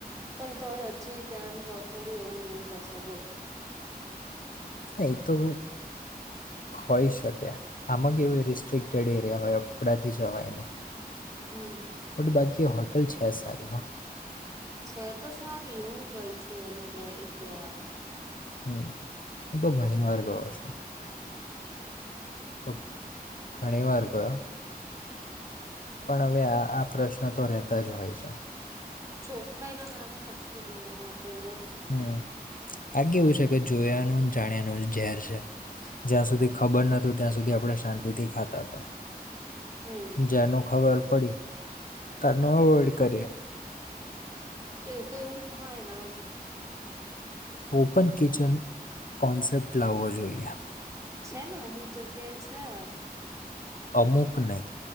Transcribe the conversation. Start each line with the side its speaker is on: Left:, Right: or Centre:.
Right: પણ તોય હજી ત્યાં રસોડું એવું ને એવું જશે બોલ
Left: એતો હોય શકે. આમાં કેવય રિસ્ટ્રિક્ટેડ એરિયા હોય અપડાથી જવાયને
Right: હમ <unintelligible>
Left: બટ બાકી હોટલ છે સારી હો
Right: છે તો સારી હું ગઈ છું એમ બે એક બે વાર
Left: હમ હું તો ઘણી વાર ગયો છું. તો ઘણી વાર ગયો- પણ હવે આ આ પ્રશ્ન તો રહેતા જ હોય છે.
Right: ચોખાઈ ના નામે કશું જ નહ હોતું અહિયાં
Left: હમ આગેવું છે કે જોયાનું જાણ્યાનું ઝેર છે. જ્યાં સુધી ખબર નતું ત્યાં સુધી આપણે શાંતિ થી ખાતા હતા.
Right: હમ
Left: જેનું ખબર પડી તેનો અવોઈડ કરીએ.
Right: એ તો એવું જ હોય ને
Left: ઓપન કિચન કોન્સેપ્ટ લાવવો જોઈએ
Right: છે ને અમુક જગ્યા એ છે.
Left: અમુક નહીં